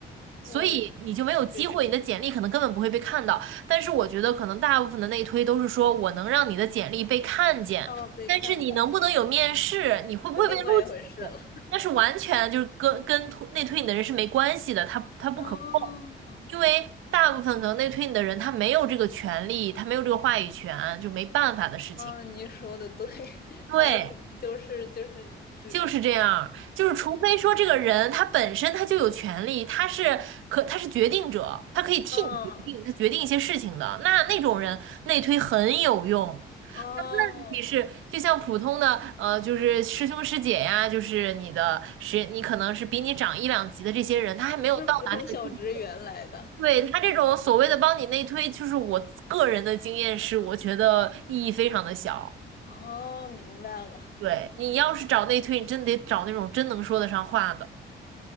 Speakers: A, on the left; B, on the right.
A: 我
B: 所以你就没有机会，
A: 去，
B: 你的简历可能根本不会被看到。但是我觉得，可能大部分的内推都是说我能让你的简历被看见，
A: 哦，被看到，
B: 但是你能不能有面试，你会不会被录取，
A: 是另外一回事了。
B: 那是完全就是跟跟推内推你的人是没关系的，他他不可控，
A: 哦，
B: 因为大部分可能内推你的人他没有这个权利，他没有这个话语权，就没办法的事情。
A: 嗯，你说的对，<laughs>
B: 对。
A: 他还可能就是就是只，
B: 就是这样，就是除非说这个人他本身他就有权利，他是可他是决定者，他可以替你决定，
A: 嗯，
B: 他决定一些事情的，那那种人内推很有用。
A: 哦，
B: 但问题是，就像普通的呃，就是师兄师姐呀，就是你的师，你可能是比你长一两级的这些人，他还没有到达那个地步。
A: 哦就是普通小职员来的，
B: 对，他这种所谓的帮你内推，
A: 嗯，
B: 就是我个人的经验是，我觉得意义非常的小。
A: 哦，明白了
B: 对，你要是找内推，你真得找那种真能说得上话的。